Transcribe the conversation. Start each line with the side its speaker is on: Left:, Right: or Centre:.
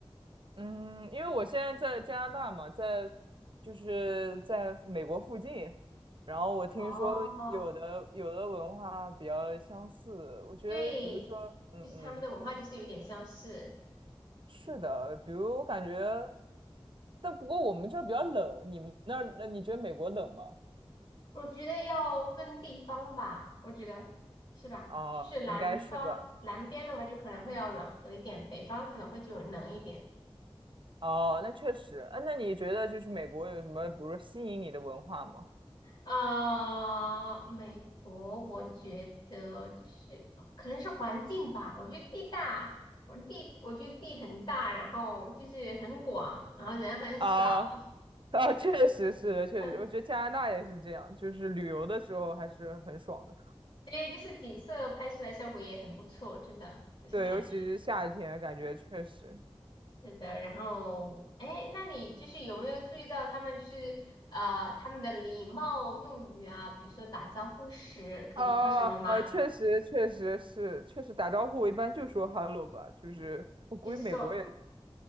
Right: 嗯，因为我现在在加拿大嘛，在就是在美国附近，然后我听说有的有的文化比较相似，
Left: 哦，
Right: 我觉得比如说，
Left: 对，
Right: 嗯嗯，
Left: 就是他们的文化就是有点相似。
Right: 是的，比如我感觉，但不过我们这儿比较冷，你们那儿那你觉得美国冷吗？
Left: 我觉得要分地方吧，我觉得是吧？
Right: 啊，
Left: 就是南方南边的话，
Right: 应该是吧。
Left: 就可能会要暖和一点，北方可能会就冷一点。
Right: 哦，那确实。啊，那你觉得就是美国有什么，比如说吸引你的文化吗？
Left: 啊、美国我觉得就是可能是环境吧，我觉得地大，我地我觉得地很大，然后就是很广，然后人很少，
Right: 啊 <laughs> 啊，确实是的，确实，
Left: <laughs>
Right: 我觉得加拿大也是这样，就是旅游的时候还是很爽的。
Left: 对，就是景色拍出来效果也很不错，真的就是感觉。
Right: 对，尤其是夏天，感觉确实，
Left: 是的，然后，哎，那你就是有没有注意到他们就是呃他们的礼貌用语啊，比如说打招呼时可以说什么吗？
Right: 啊，呃，确实，确实是，确实打招呼，我一般就说 hello 吧，就是我估计美国也是
Left: 就是说，